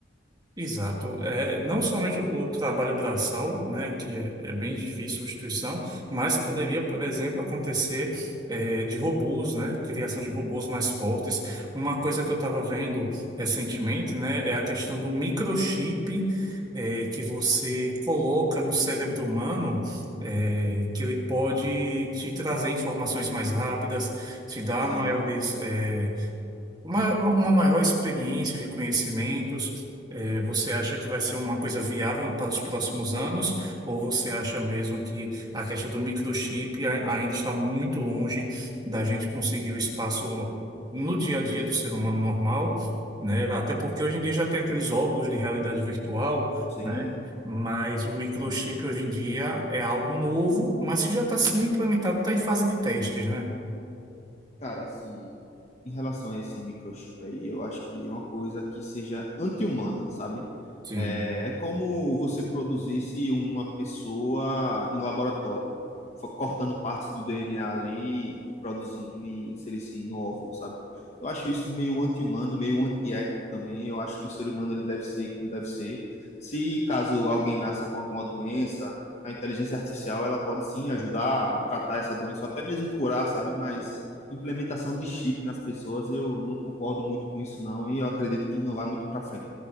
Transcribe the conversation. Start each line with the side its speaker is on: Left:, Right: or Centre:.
Right: Exato. É, não somente o trabalho braçal, né, que é, é bem difícil substituição, mas poderia, por exemplo, acontecer é, de robôs, né, criação de robôs mais fortes. Uma coisa que eu estava vendo recentemente, né, é a questão do microchip é, que você coloca no cérebro humano, é, que ele pode te trazer informações mais rápidas, te dar
Left: Sim,
Right: maiores, é, uma, uma maior experiência de conhecimentos. É, Você acha que vai ser uma coisa viável para os próximos anos, ou você acha mesmo que a questão do microchip a- ainda está muito longe da gente conseguir o espaço no dia a dia do ser humano normal, né? Até porque hoje em dia já tem aqueles óculos de realidade virtual,
Left: sim.
Right: né? Mas o microchip hoje em dia é algo novo, mas que já está sendo implementado, está em fase de testes, né?
Left: Cara, assim, em relação a esse microchip aí, eu acho que é uma coisa que seja anti-humana, sabe?
Right: Sim.
Left: É, é como você produzisse uma pessoa em laboratório, fo- cortando partes do DNA ali e produzindo e inserisse no óvulo, sabe? Eu acho isso meio anti-humano, meio antiético também. Eu acho que o ser humano ele deve ser como deve ser. Se caso alguém nasça com alguma doença, a inteligência artificial ela pode sim ajudar a tratar essa doença, ou até mesmo curar, sabe? Mas implementação de chip nas pessoas, eu não concordo muito com isso, não, e eu acredito que não vai muito para frente.